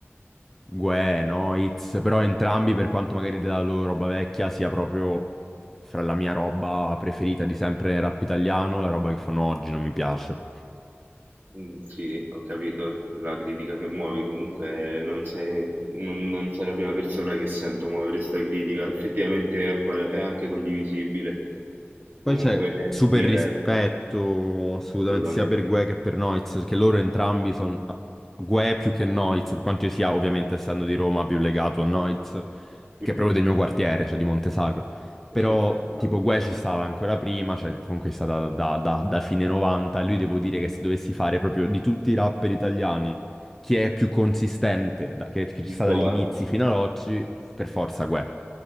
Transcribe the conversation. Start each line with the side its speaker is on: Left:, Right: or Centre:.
Centre: Gue, Noitz, però
Right: Mhm.
Centre: entrambi per quanto magari della loro roba vecchia sia proprio fra la mia roba preferita di sempre nel rap italiano, la roba che fanno oggi non mi piace.
Right: Mh, sì, ho capito la critica che muovi, comunque eh, non sei non non sei la prima persona che sento muovere 'sta critica. Effettivamente è qua è anche condivisibile,
Centre: Poi
Right: comunque
Centre: c'è
Right: è
Centre: super
Right: diver
Centre: rispetto assolutamente
Right: assolutamente.
Centre: sia per Gue che per Noiz, perché loro entrambi sono Gue più che Noiz, per quanto io sia ovviamente essendo di Roma più legato a Noiz,
Right: <laughs> Mh-mh.
Centre: che è proprio del mio quartiere, cioè di Montesagro. Però
Right: Che spettacolo.
Centre: tipo Gue ci stava ancora prima, cioè comunque è stata da, da- da fine 90, lui devo dire che se dovessi fare proprio di tutti i rapper italiani chi è più consistente, da- che, che ci
Right: Il
Centre: sta
Right: boato,
Centre: dagli inizi fino ad oggi, per forza Guè.